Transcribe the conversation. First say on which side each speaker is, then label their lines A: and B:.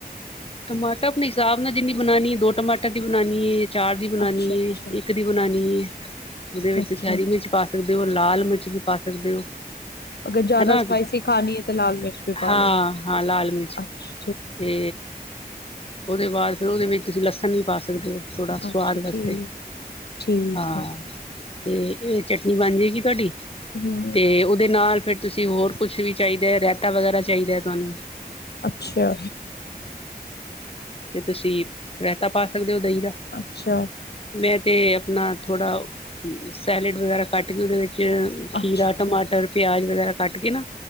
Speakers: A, on the left (about 35°); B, on the left (about 85°).
A: ਟਮਾਟਰ ਅਪਣੇ ਹਿਸਾਬ ਨਾਲ ਜਿੰਨੀ ਬਣਾਉਣੀ ਹੈ ਦੋ ਟਮਾਟਰ ਦੀ ਬਣਾਉਣੀ ਏ। ਚਾਰ ਦੀ ਬਣਾਉਣੀ
B: ਅੱਛਾ ਅੱਛਾ
A: ਹੈ ਇੱਕ ਦੀ ਬਣਾਉਣੀ ਏ। <inaudible> ਉਹਦੇ ਵਿੱਚ
B: ਅੱਛਾ
A: ਤੁਸੀਂ ਹਰੀ ਮਿਰਚ ਪਾ ਸਕਦੇ ਉਹ ਲਾਲ ਮਿਰਚ ਵੀ ਪਾ ਸਕਦੇ ਹੋ।
B: ਅਗਰ ਜ਼ਿਆਦਾ
A: ਹਨਾ
B: ਸਪਾਈਸੀ ਖਾਣੀ ਹੈ ਤੇ ਲਾਲ ਮਿਰਚ ਵੀ ਪਾ
A: ਹਾਂ
B: ਲੋ
A: ਹਾਂ ਲਾਲ ਮਿਰਚ
B: ।ਅਛ
A: ਤੇ ਉਹਦੇ ਬਾਅਦ ਫਿਰ ਉਹਦੇ ਵਿੱਚ ਤੁਸੀਂ ਲਸਣ ਵੀ ਪਾ ਸਕਦੇ ਹੋ। ਥੋੜ੍ਹਾ ਸਵਾਦ
B: ਅੱਛਾ
A: ਵਾਸਤੇ
B: ਠੀਕ ਠੀਕ
A: ਹਾਂ।
B: ਹੈ
A: ਤੇ ਇਹ ਚਟਨੀ ਬਣ ਜਾਏਗੀ ਤੁਹਾਡੀ।
B: ਹਮ
A: ਤੇ ਉਹਦੇ ਨਾਲ ਫਿਰ ਤੁਸੀਂ ਹੋਰ ਕੁਛ ਵੀ ਚਾਹੀਦਾ ਹੈ ਰੈਤਾ ਵਗੈਰਾ ਚਾਹੀਦਾ ਹੈ ਤੁਹਾਨੂੰ।
B: ਅੱਛਾ।
A: ਤੇ ਤੁਸੀਂ ਰਾਇਤਾ ਪਾ ਸਕਦੇ ਹੋ। ਦਹੀਂ ਦਾ
B: ਅੱਛਾ
A: ।ਮੈਂ ਤੇ ਆਪਣਾ ਥੋੜ੍ਹਾ ਸੈਲਡ ਵਗੈਰਾ ਕੱਟ ਕੇ ਉਹਦੇ ਵਿੱਚ ਚ ਖੀਰਾ
B: ਅੱਛਾ
A: ਟਮਾਟਰ
B: ਅੱਛਾ
A: ਪਿਆਜ਼ ਵਗੈਰਾ। ਕੱਟ ਕੇ ਨਾ